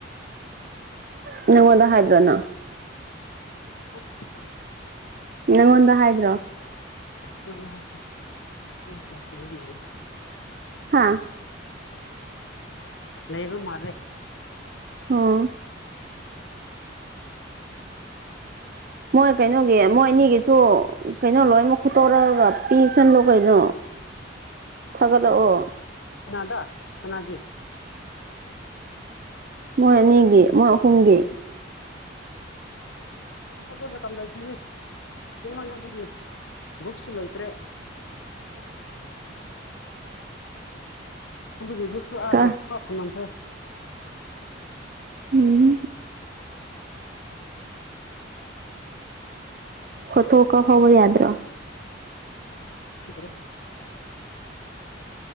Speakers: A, on the right; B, on the left.
A: ꯅꯉꯣꯟꯗ ꯍꯥꯏꯗ꯭ꯔꯥ ꯅꯪ
B: <unintelligible>
A: ꯅꯪꯉꯣꯟꯗ ꯍꯥꯏꯗ꯭ꯔꯣ
B: ꯑꯩꯉꯣꯟꯗ ꯍꯥꯏ ꯃꯥꯏ ꯀ꯭ꯌꯥꯁꯇꯔ ꯃꯥꯂꯦ
A: ꯍꯥꯥ
B: ꯂꯩꯕ ꯃꯥꯜꯂꯦ
A: ꯑꯣ ꯃꯣꯏ ꯀꯩꯅꯣꯒꯤ ꯃꯣꯏ ꯑꯅꯤꯒꯤꯁꯨ ꯀꯩꯅꯣ ꯂꯣꯏꯅꯃꯛ ꯐꯨꯠꯇꯣꯔꯣꯔꯥ ꯄꯤꯁꯟ ꯂꯣ ꯀꯩꯅꯣ ꯊꯥꯒꯠꯂꯛꯑꯣ
B: ꯀꯅꯥꯗ ꯀꯅꯥꯒꯤ
A: ꯃꯣꯏ ꯑꯅꯤꯒꯤ ꯃꯣꯏ ꯑꯍꯨꯝꯒꯤ
B: ꯑꯁ ꯑꯗꯨ ꯃꯇꯝ ꯂꯩꯇꯔꯦꯅꯦ ꯏꯃꯥꯟꯅꯕꯒꯤ ꯕꯨꯛꯁꯨ ꯂꯩꯇ꯭ꯔꯦ
A: <inaudible>
B: ꯑꯗꯨꯒꯤ ꯕꯤꯁꯨ <unintelligible>
A: ꯀ
B: ꯅꯝꯈꯔꯦ
A: ꯎꯝ ꯐꯣꯇꯣ ꯀꯞꯍꯧꯕ ꯌꯥꯗ꯭ꯔꯣ
B: ꯀꯤꯗ꯭ꯔꯦ